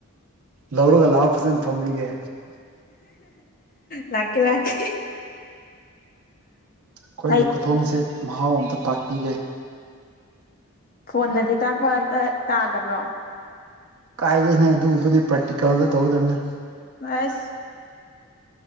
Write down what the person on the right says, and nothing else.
ꯂꯧꯔꯒ ꯂꯥꯛꯑꯣ ꯐꯖꯅ ꯊꯣꯡꯕꯤꯒꯦ
ꯑꯩꯈꯣꯏꯒꯤ
ꯈꯨꯊꯣꯡꯁꯦ ꯃꯍꯥꯎ ꯇꯥꯛꯄꯤꯒꯦ
ꯀꯥꯏꯗꯣꯅꯣꯍꯦ ꯑꯗꯨ ꯎꯠꯄꯗꯤ ꯄ꯭ꯔꯦꯇꯤꯀꯦꯜꯗ ꯇꯧꯒꯗꯕꯅꯤ